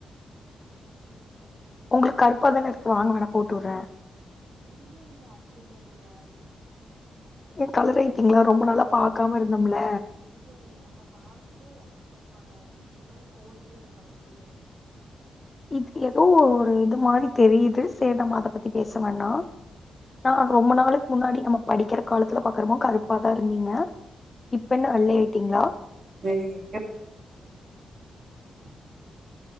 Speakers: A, on the right (about 45°); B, on the left (about 20°).
A: ஓ செரி செரிங்க
B: உங்களுக்கு கருப்பா தானே இருக்கு வாங்க வேணா போட்டு விடுறே
A: இல்ல இல்ல அப்டில்லா இல்லைங்க எப்டி
B: ஏ கலர்
A: வந்தாலு
B: ஆயிட்டீங்களா
A: என்ன பாத்து
B: ரொம்ப
A: ரசிக்கறக்கான
B: நாளா பாக்காம இருந்தோம்ல
A: இல்ல இல்ல என்னப் பாத்து ரசிக்கறக்கான இருக்கறவங் கோடி பேர் இருக்காங்க வெளிய
B: இது எதோ ஒரு இது மாரி தெரியுது சேர் நம்ம அத பத்தி பேச வேணா நா ரொம்ப நாளுக்கு முன்னாடி நம்ம படிக்கிற காலத்துல பாக்குறப்போ கருப்பாதா இருந்தீங்க இப்பென்ன வெள்ளை ஆயிட்டிங்களா
A: சரி எங்கது பண்றதுன்னு எனக்கு ஒன்னு தெரியலங்க